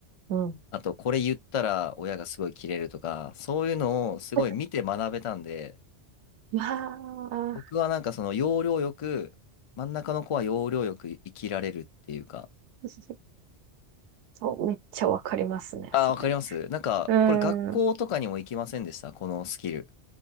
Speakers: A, on the right; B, on the left.
A: うん
B: あと、これ言ったら親がすごいキレるとか、そういうのをすごい見て学べたんで、
A: <laughs> わあ、
B: 僕はなんかその要領よく、真ん中の子は要領よく生きられるっていうか、
A: <laughs> そう、めっちゃわかりますね、
B: ああ、
A: それ。
B: わかりますなんか、
A: うん。
B: これ学校とかにも行きませんでしたこのスキル。
A: うん